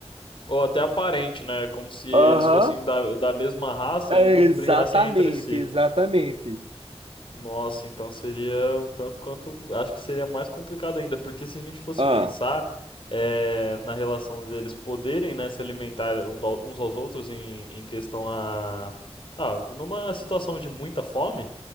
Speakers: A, on the left; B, on the right.
A: Ou até aparente, né? Como se eles
B: Aham.
A: fossem da, da mesma raça
B: É,
A: e não
B: exatamente,
A: brigassem entre si.
B: exatamente.
A: Nossa, então seria um tanto quanto. Acho que seria mais complicado ainda, porque se a gente fosse
B: Ah,
A: pensar eh, na relação deles poderem, né, se alimentar um da- uns aos outros em, em questão a. Ah, numa situação de muita fome,